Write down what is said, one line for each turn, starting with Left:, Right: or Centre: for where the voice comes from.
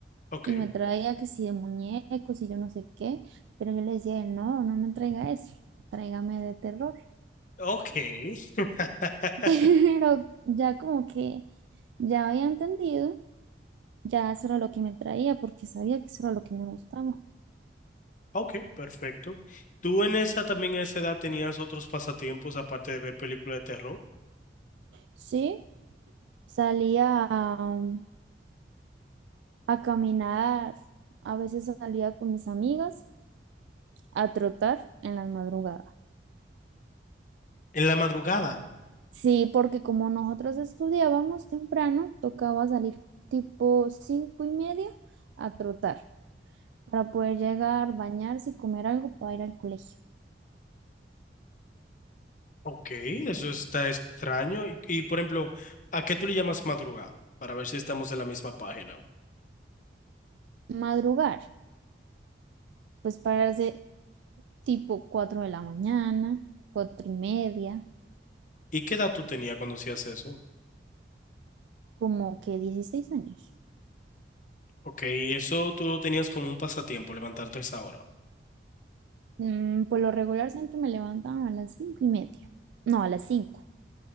Left: Ok,
Right: y me traía que si de muñecos y yo no sé qué, pero yo le decía, a él, no, no me traiga eso, tráigame de terror.
Left: ok, <laughs>
Right: <laughs> Pero ya como que ya había entendido. Ya eso era lo que me traía porque sabía que eso era lo que me gustaba.
Left: ok, perfecto. ¿Tú en esa también a esa edad tenías otros pasatiempos aparte de ver películas de terror?
Right: Sí, salía a, a caminar, a veces salía con mis amigas a trotar en las madrugadas.
Left: En la madrugada.
Right: Sí, porque como nosotros estudiábamos temprano, tocaba salir tipo cinco y media a trotar para poder llegar, bañarse y comer algo para ir al colegio.
Left: Ok, eso está extraño. Y, y, por ejemplo, ¿a qué tú le llamas madrugada? Para ver si estamos en la misma página.
Right: Madrugar, pues pararse tipo cuatro de la mañana, cuatro y media,
Left: ¿Y qué edad tú tenías cuando hacías eso?
Right: como que 16 años.
Left: Ok, eso tú lo tenías como un pasatiempo, levantarte a esa hora.
Right: Mm, por lo regular siempre me levantaban a las cinco y media. No, a las cinco.